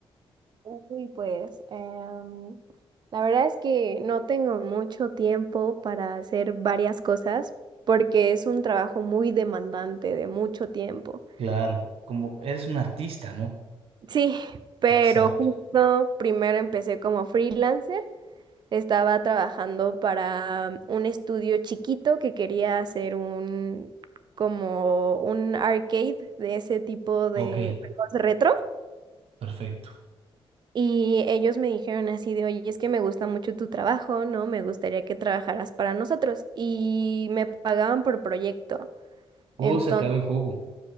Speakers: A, on the right; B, on the right.
A: Uy, pues, em, la verdad es que no tengo mucho tiempo para hacer varias cosas porque es un trabajo muy demandante de mucho tiempo.
B: Claro, como eres un artista, ¿no?
A: Sí, pero
B: Exacto.
A: justo primero empecé como freelancer. Estaba trabajando para un estudio chiquito que quería hacer un como un arcade de ese tipo de
B: Ok,
A: juegos retro.
B: perfecto.
A: Y ellos me dijeron así de, oye, es que me gusta mucho tu trabajo, ¿no? Me gustaría que trabajaras para nosotros. Y me pagaban por proyecto.
B: He
A: Entonces,
B: sacado el jugo.